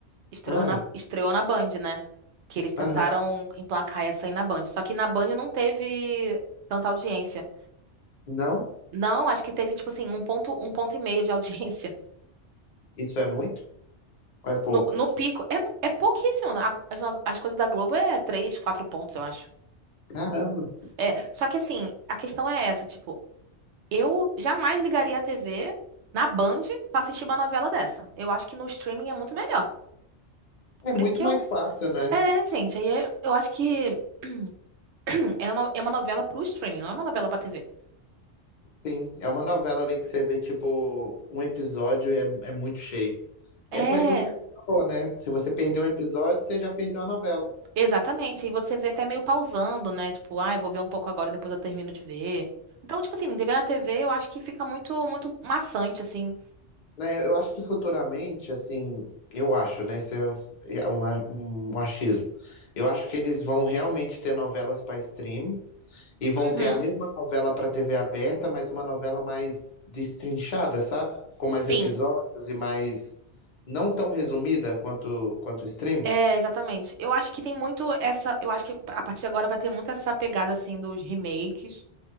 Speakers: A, on the right (about 75°); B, on the left (about 45°).
A: estreou
B: Ah,
A: na, estreou na Band, né? Que eles tentaram
B: aham.
A: emplacar essa aí na Band. Só que na Band não teve tanta audiência.
B: Não?
A: Não, acho que teve, tipo assim, um ponto, um ponto e meio de audiência.
B: Isso é muito? Ou é pouco?
A: No, no pico, é, é pouquíssimo. A- As, no- as coisas da Globo é três, quatro pontos, eu acho.
B: Caramba.
A: É, só que assim, a questão é essa, tipo, eu jamais ligaria a TV na Band pra assistir uma novela dessa. Eu acho que no streaming é muito melhor.
B: É
A: Por
B: muito
A: isso que
B: mais
A: eu.
B: fácil, né?
A: É, gente, aí é- eu acho que <clears throat> é uma é uma novela pro streaming, não é uma novela pra TV.
B: Sim, é uma novela ali que você vê, tipo, um episódio e é, é muito cheio.
A: É,
B: É, foi aquilo que você falou, né? Se você perdeu um episódio, você já perdeu a novela.
A: exatamente. E você vê até meio pausando, né? Tipo, ah, eu vou ver um pouco agora, depois eu termino de ver. Então, tipo assim, de ver na TV eu acho que fica muito, muito maçante, assim.
B: Né? Eu acho que futuramente, assim, eu acho, né? Isso é um, é um, um achismo. Eu acho que eles vão realmente ter novelas para stream. E vão
A: Uhum.
B: ter a mesma novela para TV aberta, mas uma novela mais destrinchada, sabe? Com mais
A: Sim.
B: episódios e mais. Não tão resumida quanto quanto o stream.
A: É, exatamente. Eu acho que tem muito essa. Eu acho que a partir de agora vai ter muito essa pegada assim dos remakes,